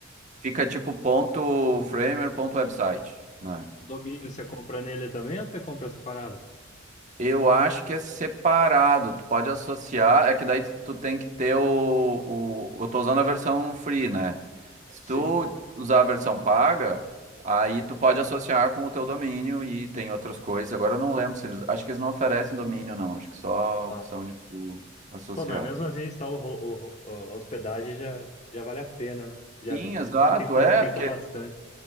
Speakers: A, on the right; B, on the left.
A: Fica tipo ponto framer, ponto website, né?
B: O domínio você compra nele também ou você compra separado?
A: Eu acho que é separado, tu pode associar, é que daí tu tu tem que ter o, o... Eu tô usando a versão free, né? Se
B: Sim.
A: tu usar a versão paga, aí tu pode associar com o teu domínio e tem outras coisas. Agora eu não lembro se eles... Acho que eles não oferecem domínio, não. Acho que só a
B: Ah.
A: opção de tu associar.
B: Pô, mas mesmo assim, está o, ro- o- o- a hospedagem já, já vale a pena, né? Já
A: Sim, exato,
B: simplifica
A: é, porque
B: bastante.